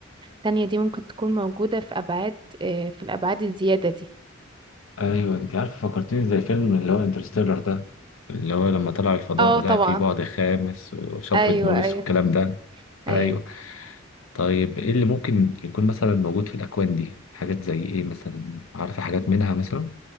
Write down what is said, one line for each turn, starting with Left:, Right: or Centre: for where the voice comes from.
Right: التانية دي ممكن تكون موجودة في أبعاد آه، في الأبعاد الزيادة دي
Left: ايوه انت عارف فكرتني زي فيلم اللي هو انترستيلر ده اللي هو لما طلع الفضاء
Right: اه
Left: ولقى
Right: طبعا
Left: فيه بعد خامس وشفرة
Right: أيوه
Left: موريس
Right: أيوه
Left: والكلام ده
Right: أيوه
Left: ايوه طيب ايه اللي ممكن يكون مثلا موجود في الاكوان دي حاجات زي ايه مثلا عارفه حاجات منها مثلا